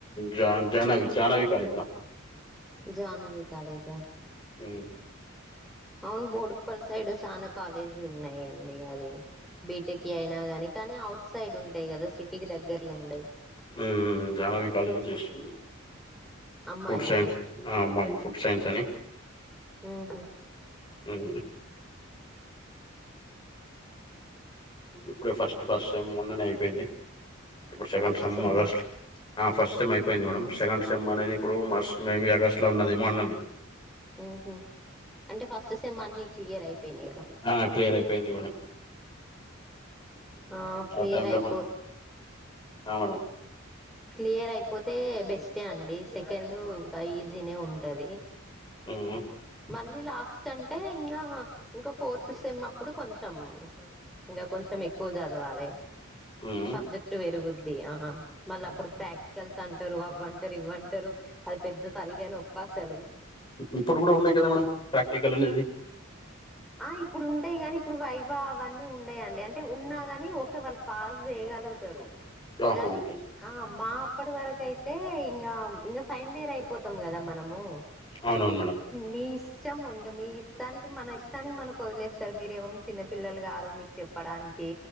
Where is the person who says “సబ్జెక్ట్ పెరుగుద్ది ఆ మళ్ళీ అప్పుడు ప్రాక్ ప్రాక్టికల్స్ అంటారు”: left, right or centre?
Centre